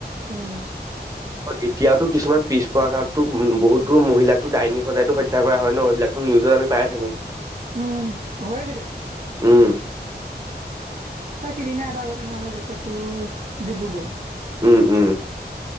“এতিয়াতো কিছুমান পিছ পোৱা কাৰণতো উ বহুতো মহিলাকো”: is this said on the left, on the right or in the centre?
Right